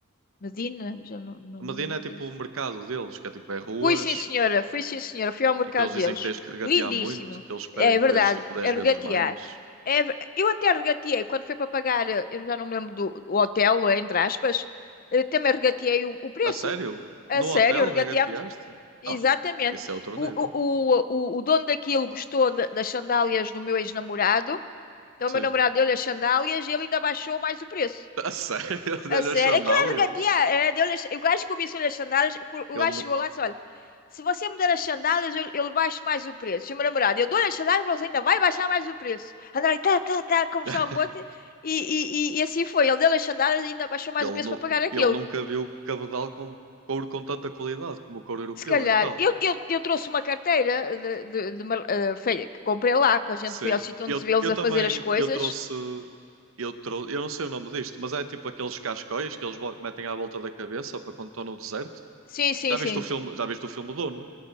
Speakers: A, on the left; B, on the right.
A: Medina, já não, não
B: A
A: me
B: Medina
A: lembro
B: é tipo
A: disso.
B: o mercado deles, que é tipo é ruas
A: Fui sim, senhora. Fui sim, senhora. Fui ao mercado
B: em que eles dizem
A: deles.
B: que tens que regatear
A: Lindíssimo.
B: muito, que eles pedem
A: É
B: preços
A: verdade.
B: tipo dez
A: É
B: vezes
A: regatear.
B: mais.
A: É ver- Eu até regateei quando foi para pagar, eh, eu já não me lembro do o hotel, não é? entre aspas, eh, também regateei o, o preço.
B: A sério?
A: A
B: No
A: sério,
B: hotel
A: regateámos.
B: regateaste?
A: Exatamente.
B: Ah, isso é outro
A: O,
B: nível.
A: o, o, o, o dono daquilo gostou da- das sandálias do meu ex-namorado. Então,
B: Sim.
A: o meu namorado deu-lhe as sandálias e ele ainda baixou mais o preço.
B: A sério? <laughs> Deu-lhe
A: Eu sei,
B: as sandálias?
A: é claro que a tia, é, deu o gajo que cobiçou-lhe as sandálias, o
B: Ele
A: o gajo
B: não.
A: chegou lá e disse, olha, se você me der as sandálias, eu, eu baixo mais o preço. E o meu namorado, eu dou-lhe as sandálias, você ainda vai baixar mais o preço. Andaram ali, tá, tá, tá, a conversar
B: <laughs>
A: com o outro, e, e, e, e assim foi. Ele deu-lhe as sandálias e ainda baixou mais
B: Ele,
A: o preço
B: nu-
A: para pagar aquilo.
B: ele nunca viu cabedal com couro com tanta qualidade como o couro europeu,
A: Se calhar,
B: então.
A: eu, eu, eu trouxe uma carteira de, de, de uma- eh, fe- que comprei lá, que a gente
B: Sim.
A: foi ao sítio
B: Eu,
A: onde se vê eles
B: eu
A: a
B: também,
A: fazer as coisas.
B: eu trouxe, eu trouxe, eu não sei o nome disto, mas é tipo aqueles cascóis que eles vo- metem à volta da cabeça para quando estão no deserto.
A: Sim, sim,
B: Já viste
A: sim,
B: o filme, já viste o filme Dune?